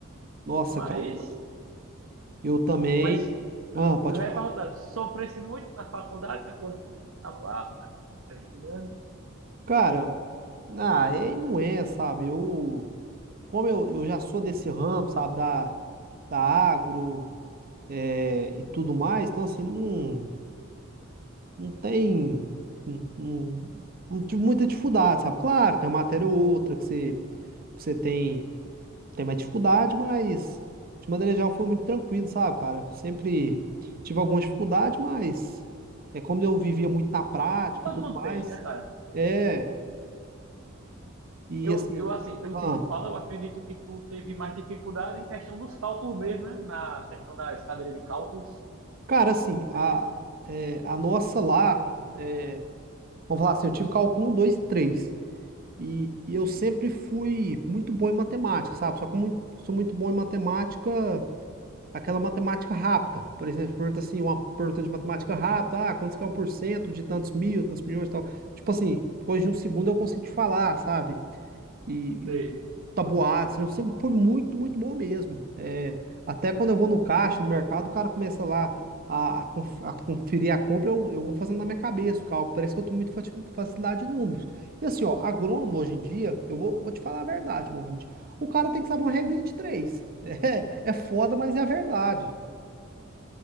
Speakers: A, on the right; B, on the right.
A: Nossa,
B: Mas.
A: cara, eu, eu também.
B: Mas
A: Ah, pode
B: Eu ia
A: falar.
B: perguntar, sofresse muito na faculdade quando estava lá, cara, estudando?
A: Cara, ah, aí não é, sabe? Eu. Como eu, eu já sou desse ramo, sabe, da, da agro eh, e tudo mais, então assim, não, não tem não, não, não tive muita dificuldade, sabe? Claro, tem uma matéria ou outra que você, que você tem, tem mais dificuldade, mas de maneira geral foi muito tranquilo, sabe, cara? Sempre tive algumas dificuldades, mas é como eu vivia muito na prática
B: Todo
A: e tudo
B: mundo
A: mais,
B: tem, né, cara?
A: é, e
B: Eu,
A: assim,
B: eu, assim, pelo
A: ah,
B: que tu fala, eu acredito que tu teve mais dificuldade em questão dos cálculos mesmo, né? Na questão das cadeiras de cálculos,
A: Cara, assim,
B: pelo
A: a,
B: que tu
A: é, a nossa lá, é, vamos falar assim, eu tive cálculo 1, 2 e três E, e eu sempre fui muito bom em matemática, sabe? Só que eu mui- sou muito bom em matemática, aquela matemática rápida. Por exemplo, pergunta assim, uma pergunta de matemática rápida, ah, quantos que é o por cento de tantos mil, tantos milhões e tal. Tipo assim, depois de um segundo eu consigo te falar, sabe? E,
B: teve.
A: tabuados, eu sempre foi muito, muito bom mesmo. É, até quando eu vou no caixa, no mercado, o cara começa lá a, a conf- a conferir a compra, eu, eu vou fazendo na minha cabeça o cálculo. Parece que eu tenho muita fati- facilidade de números. E assim, ó, agrônomo hoje em dia, eu vou, vou te falar a verdade, Mohamed. O cara tem que saber uma regrinha de três. <laughs> É, é foda, mas é a verdade.